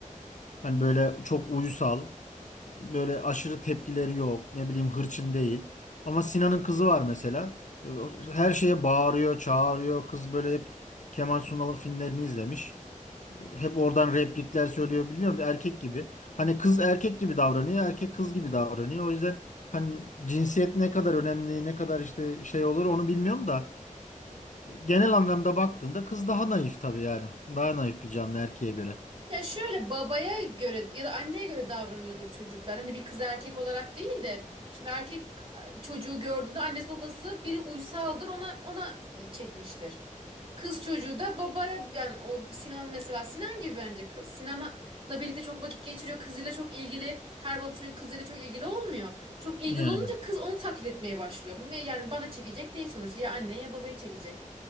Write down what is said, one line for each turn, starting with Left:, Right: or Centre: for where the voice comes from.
Left: Hani böyle çok uysal. Böyle aşırı tepkileri yok. Ne bileyim hırçın değil. Ama Sinan'ın kızı var mesela. Ee, o- Her şeye bağırıyor, çağırıyor. Kız böyle hep Kemal Sunal'ın filmlerini izlemiş hep oradan replikler söylüyor bilmiyorum bir erkek gibi. Hani kız erkek gibi davranıyor, erkek kız gibi davranıyor. O yüzden hani cinsiyet ne kadar önemli, ne kadar işte şey olur onu bilmiyorum da genel anlamda baktığında kız daha naif tabii yani. Daha naif bir canlı erkeğe göre.
Right: Ya şöyle babaya göre ya da anneye göre davranıyordur çocuklar. Hani bir kız erkek olarak değil de şimdi erkek e, çocuğu gördüğünde annesi babası biri uysaldır ona ona e, çekmiştir. Kız çocuğu da babaya yani o Sinan mesela Sinan gibi bence kız. Sinan'la birlikte çok vakit geçiriyor. Kızıyla çok ilgili. Her baba çocuk kızıyla çok ilgili olmuyor. Çok ilgili
Left: Yani.
Right: olunca kız onu taklit etmeye başlıyor. Yani bana çekecek değil sonuçta. Ya anne ya babaya çekecek.